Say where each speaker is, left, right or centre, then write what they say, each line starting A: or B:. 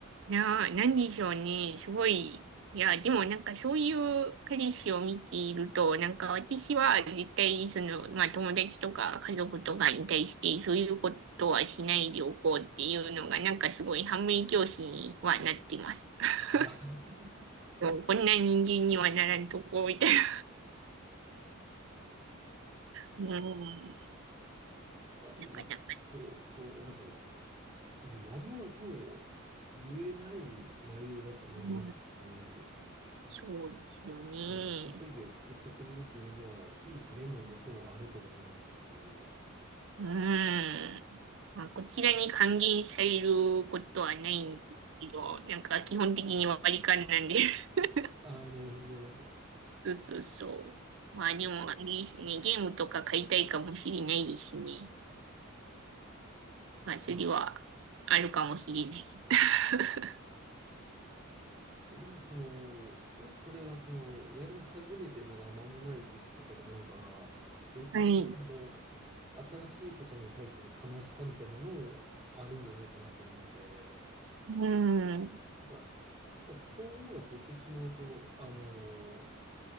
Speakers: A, on the right; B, on the right.
A: なあ、何でしょうね。すごい。いや、でもなんかそういう彼氏を見ていると、なんか私は絶対その、まあ友達とか家族とかに対してそういうことはしないでおこうっていうのがなんかすごい反面教師にはなってます。<laughs>
B: あー
A: そうこんな人間にはならんとこ、みたいな。うん。
B: <laughs> まあでもそれをこう、
A: なかなか。
B: なんか、まあ、やめろとも言えない内容だと思いますし、
A: うん、そうですよね。
B: まあ、稼ぎを作ってくれるという意味では、いい面ももちろんあると思いますし、
A: うーん。まあ、こちらに還元されることはないんですけど、なんか基本的に割り勘なんで。<laughs>
B: ああ、なるほど、なるほど。
A: そうそうそう。まあでも、あれですね。ゲームとか買いたいかもしれないですね。まあ、それはあるかもしれない。
B: ま
A: <laughs>
B: あ、でも、その、もしそれが、その、やり始めてまだ間もない時期とかであれば、余計にその、
A: はい。
B: 新しいことに対する楽しさみたいなのもあるんじゃないかなと思うので、
A: うーん。
B: なんか、やっぱそういうのが出てしまうと、あの